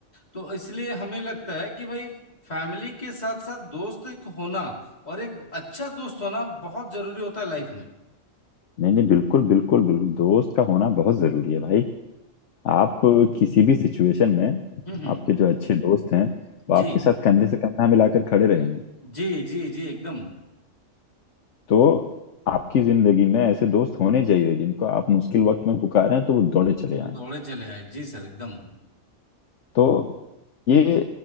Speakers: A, on the left; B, on the left.
A: तो इसलिए हमें लगता है कि भाई फैमिली के साथ साथ दोस्त एक होना और एक अच्छा दोस्त होना बहुत जरूरी होता है लाइफ में
B: नहीं नहीं बिल्कुल बिल्कुल बिल्कुल दोस्त का होना बहुत जरूरी है भाई आप किसी भी सिचुएशन में
A: हम्म हम्म
B: आपके जो अच्छे दोस्त हैं वो
A: जी
B: आपके साथ कंधे से कंधा मिलाकर खड़े रहेंगे
A: जी जी जी एकदम
B: तो आपकी जिंदगी में ऐसे दोस्त होने चाहिए जिनको आप मुश्किल वक्त में पुकारें तो वो दौड़े चले
A: वो
B: आएं
A: दौड़े चले आए जी सर एकदम
B: तो ये